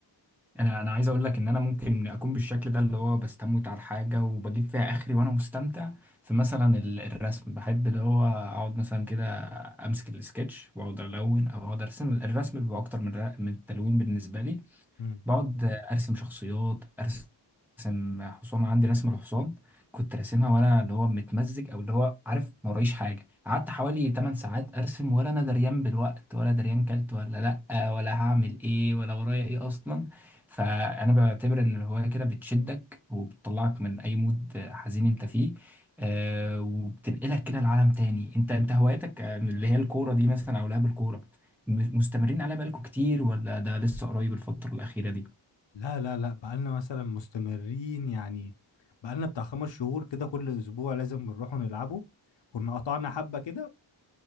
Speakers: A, in the centre; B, on the left.
A: انا انا عايز اقول لك ان انا ممكن اكون بالشكل ده اللي هو بستموت على الحاجة وبجيب فيها اخري وانا مستمتع في مثلا ال- الرسم بحب اللي هو اقعد مثلا كده امسك السكتش واقعد الون او اقعد ارسم الرسم بيبقى اكتر من الر- من التلوين بالنسبة لي
B: إمم.
A: بقعد ارسم شخصيات ارسم حصان عندي رسمه الحصان كنت راسمها وانا اللي هو متمزج او اللي هو عارف ما ورايش حاجه قعدت حوالي 8 ساعات ارسم ولا انا دريان بالوقت ولا دريان كلت ولا لا ولا هعمل ايه ولا ورايا ايه اصلا فانا بعتبر ان الهوايه كده بتشدك وبتطلعك من اي مود حزين انت فيه آه وبتنقلك كده لعالم تاني انت انت هواياتك آه، اللي هي الكوره دي مثلا او لعب الكوره م- مستمرين عليها بقالكوا كتير ولا ده لسه قريب الفترة الأخيرة دي؟
B: لا لا لا بقالنا مثلا مستمرين يعني بقالنا بتاع خمس شهور كده كل اسبوع لازم بنروح نلعبه كنا قطعنا حبة كده